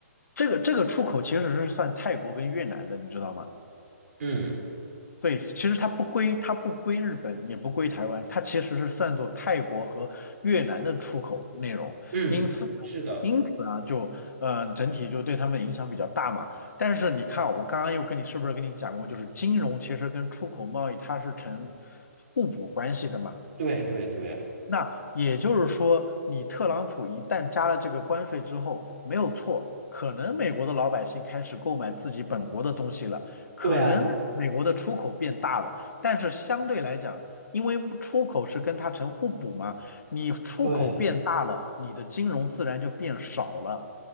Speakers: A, on the left; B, on the right.
A: 这个这个出口其实是算泰国跟越南的，你知道吗？
B: 嗯。
A: 对，其实它不归，它不归日本，也不归台湾，它其实是算作泰国和越南的出口内容。
B: 嗯，
A: 因此呢，
B: 是的，
A: 因此啊，就嗯，整体就对他们影响比较大嘛。但是你看啊，我刚刚又跟你是不是跟你讲过，就是金融其实跟出口贸易它是成互补关系的嘛。
B: 对对对
A: 那也就是说，你特朗普一旦加了这个关税之后，没有错，可能美国的老百姓开始购买自己本国的东西了，可能美国的出口变大了，
B: 对啊，
A: 但是相对来讲，因为出口是跟它成互补嘛，你出口变大了，
B: 对，
A: 你的金融自然就变少了。